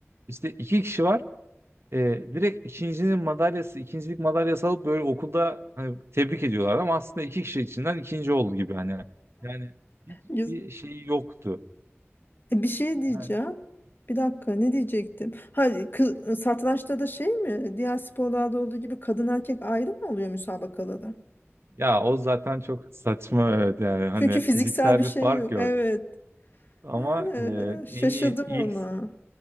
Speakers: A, on the right (about 60°); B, on the left (about 45°).
A: İşte iki kişi var e, direkt ikincinin madalyası, ikincilik madalyası alıp böyle okulda hani, tebrik ediyorlar ama aslında iki kişi içinden ikinci oldu gibi hani. Yani hiçbir
B: <laughs> Güzel.
A: şey yoktu.
B: E, Bir şey diyeceğim.
A: Yani,
B: Bir dakika ne diyecektim? Ha, kı- e, satrançta da şey mi? Diğer sporlarda olduğu gibi kadın erkek ayrı mı oluyor müsabakalarda?
A: ya o zaten çok saçma evet yani hani
B: Çünkü fiziksel
A: fiziksel
B: bir
A: bir
B: şey
A: fark
B: yok.
A: yok.
B: Evet.
A: Ama
B: Ha,
A: e,
B: şaşırdım
A: en iyi
B: ona.
A: ilk